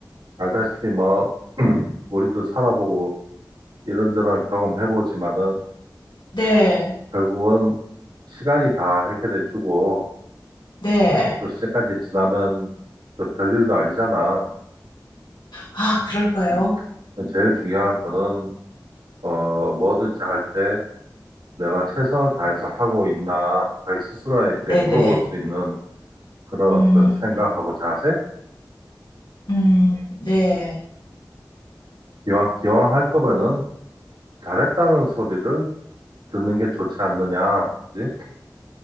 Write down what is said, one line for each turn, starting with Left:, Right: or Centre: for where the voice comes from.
Right: 알다시피 뭐 <clears throat> 우리도 살아보고 이런저런 경험해보지만은
Left: 네,
Right: 결국은 시간이 다 해결해주고
Left: 네.
Right: 또 시간까 지나면 또 별일도 아니잖아.
Left: 아, 그럴까요?
Right: 음. 제일 중요한 거는 어 뭐든지 할 때 내가 최선을 다해서 하고 있나 자기 스스로한테
Left: 네네.
Right: 물어볼 수 있는 그런
Left: 음.
Right: 어떤 생각하고 자세?
Left: 음, 네.
Right: 기왕 기왕 할 거면은 잘했다는 소리를 듣는 게 좋지 않느냐. 그지?